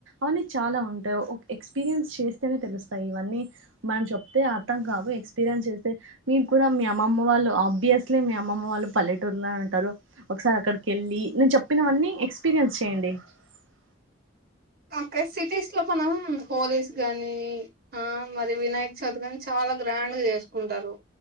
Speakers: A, on the right; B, on the right.
A: అన్ని చాలా ఉంటాయి ఎక్స్పీరియన్స్ చేస్తేనే తెలుస్తాయి ఇవన్నీ మనం చెప్తే అర్థం కావు ఎక్స్పీరియన్స్ చేస్తే మీరు కూడా మీ అమ్మమ్మ వాళ్ళు ఆబ్వియస్లీ మీ అమ్మమ్మ వాళ్ళు పల్లెటూరులో ఉంటారు ఒకసారి అక్కడికిెళ్ళి నేను చెప్పినవన్నీ ఎక్స్పీరియన్స్ చెయండి <unintelligible>
B: అక్కడ సిటీస్ లో మనం హోలీస్ గానీ ఆ మరి వినాయక చౌదర్ గాని చాలా చాలా గ్రాండ్ గా చేసుకుంటారు